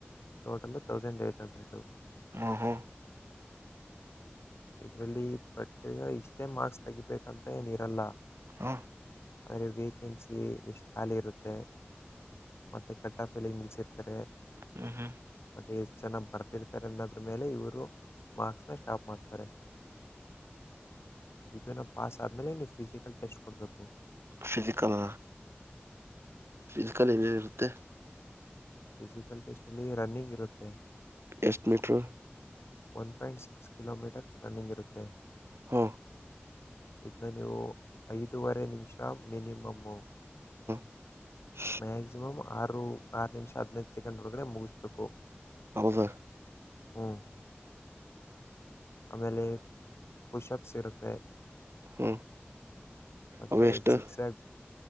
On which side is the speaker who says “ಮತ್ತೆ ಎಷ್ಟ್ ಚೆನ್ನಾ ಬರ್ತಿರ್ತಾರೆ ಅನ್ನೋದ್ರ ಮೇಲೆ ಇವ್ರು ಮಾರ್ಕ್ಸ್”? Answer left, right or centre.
Left